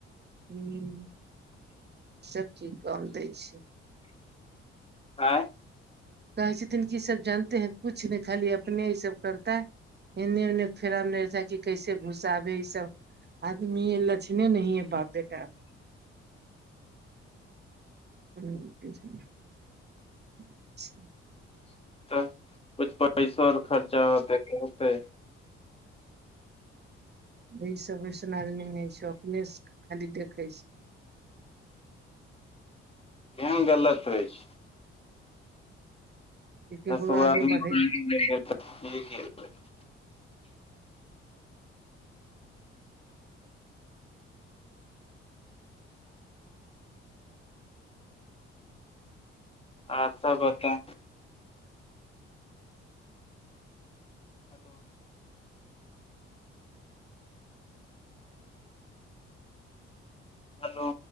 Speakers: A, on the right; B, on the left.
A: ह्म्म सब चीज कम दै छै।
B: आँय।
A: कहै छथिन की सब जानते हैं कुछ ने खाली अपने ई सब करतेऽ। एन्ने ओने फेरा मे नहि रहै छै कि कैसे घुसाबै ई सब। आदमीये लछिनै ने है बाप बेटा। <inaudible>
B: तऽ कुछ पैसो आर खर्चा होते होते।
A: ई सबैसनार में नई छौ। इनेस खाली देखै छै।
B: केहन गलत अइछ।
A: कि केकरो
B: <inaudible>
A: आगे बढ़ै
B: आर सब बता? हेलो। हलो।